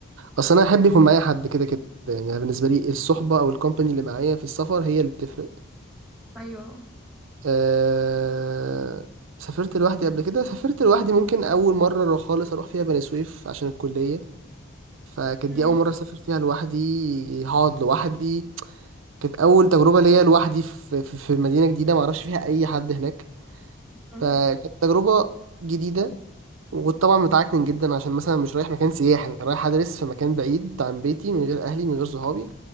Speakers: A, on the right (about 75°); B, in the centre.
A: اصل انا احب يكون معايا حد كده كده يعني أنا بالنسبه لي الصحبه او الكومباني اللي معايا في السفر هي اللي بتفرق
B: ايوه
A: أه... سافرت لوحدي قبل كده سافرت لوحدي ممكن اول مره رو- خالص اروح فيها بني سويف عشان الكليه فكانت
B: مم.
A: دي اول مره اسافر فيها لوحدي هقعد لوحدي كانت اول تجربه ليا لوحدي في في, في مدينه جديده ما اعرفش فيها اي حد هناك
B: مم.
A: فكانت تجربه جديده وكنت طبعا متعكن جدا عشان مثلا مش رايح مكان سياحي أنا رايح ادرس في مكان بعيد عن بيتي من غير اهلي من غير صحابي